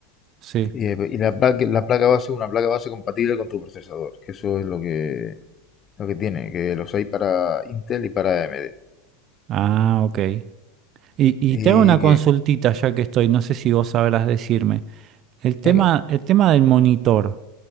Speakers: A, on the right; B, on the left.
A: sí.
B: y, eh, y la, placa, la placa base, una placa base compatible con tu procesador, que eso es lo que, lo que tiene, que los hay para Intel y para AMD.
A: Ah, ok. Y, y
B: Y
A: te hago una consultita
B: que,
A: ya que estoy, no sé si vos sabrás decirme. El tema,
B: venga,
A: el tema del monitor,